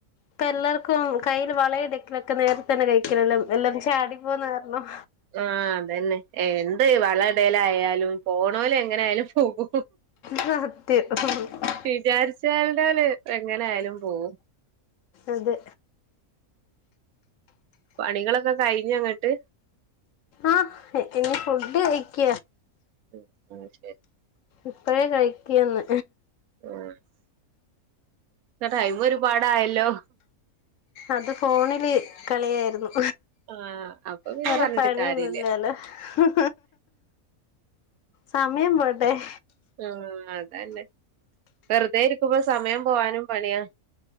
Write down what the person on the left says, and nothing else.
പ്പ എല്ലാവർക്കും കയ്യിൽ വളയിടീക്കലൊക്കെ നേര തന്നെ കഴിക്കെണല്ലോ എല്ലാരും ചാടി പോണകാരണം
സത്യം ഹ്
അതെ.
ആഹ് ഇീ ഫുഡ് കഴിക്ക.
ഇപ്പഴേ കഴിക്കന്ന്.
അത് ഫോണിൽ കളിയായിരുന്നു.
വേറെ
പണിയൊന്നുംല്ലലോ
ഹ് സമയം പോയിട്ടെയ്.